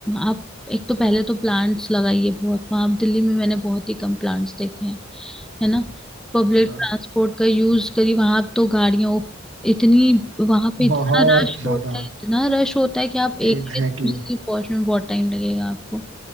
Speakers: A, in the centre; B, on the right.
A: आप एक तो पहले तो प्लांट्स लगाइए बहुत वहां दिल्ली में मैंने बहुत ही कम प्लांट्स देखे हैं है ना पब्लिक
B: अच्छा
A: ट्रांसपोर्ट का यूज करिए वहां तो गाड़ियां उफ- इतनी वहां पे इतना
B: बहुत
A: रश
B: ज्यादा
A: होता है इतना रश होता है कि आप एक
B: एग्जैक्टली
A: जगह से दूसरी
B: exactly.
A: जगह पहुंचने में बहुत टाइम लगेगा आपको